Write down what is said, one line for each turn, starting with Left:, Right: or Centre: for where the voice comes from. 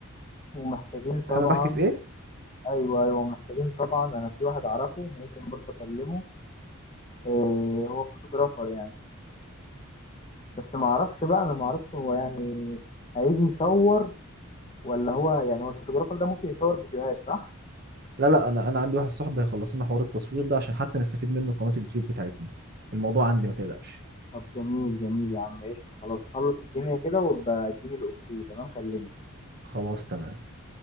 Left: ومحتاجين طبعا
Right: فاهم أنا بحكي في ايه
Left: ايوه ايوه محتاجين طبعا انا في واحد اعرفه ممكن برضه اكلمه إيه، هو فوتوغرافر يعني بس ما اعرفش بقى انا ما اعرفش هو يعني هيجي يصور ولا هو يعني هو الفوتوغرافر ده ممكن يصور فيديوهات صح؟
Right: لا لا انا انا عندي واحد صاحبي هيخلص لنا حوار التصوير ده عشان حتى نستفيد منه قناة اليوتيوب بتاعتنا الموضوع عندي ما تقلقش
Left: طب جميل جميل يا عم قشطة خلاص خلص الدنيا كده وابقى اديني الاوكي تمام كلمني
Right: خلاص تمام